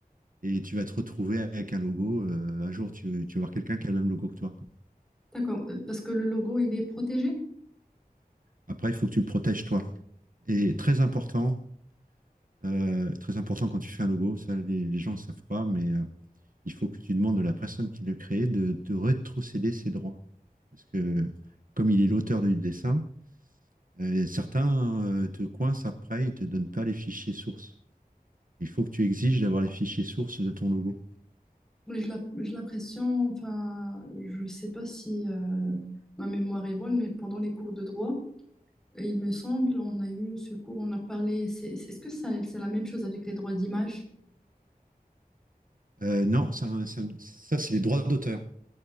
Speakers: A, on the right; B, in the centre.
A: Et tu vas te retrouver avec un logo. euh, un jour, tu, tu vas voir quelqu'un qui a le même logo que toi, quoi.
B: D'accord, euh, parce que le logo, il est protégé.
A: Après, il faut que tu le protèges toi. Et très important, euh, très important quand tu fais un logo, ça, les, les gens ne le savent pas, mais euh, il faut que tu demandes à la personne qui l'a créé de, de rétrocéder ses droits. Parce que comme il est l'auteur du dessin, Euh, certains euh, te coincent après, ils te donnent pas les fichiers sources. Il faut que tu exiges d'avoir les fichiers sources de ton logo.
B: Mais je l'ai j'ai l'impression, enfin, je sais pas si euh, ma mémoire est bonne, mais pendant les cours de droit, Et il me semble, on a eu ce cours, on a parlé. c'est- c'est- Est-ce que ça, c'est la même chose avec les droits d'image?
A: Euh, non, ça, ça- ça, c'est les droits d'auteur, un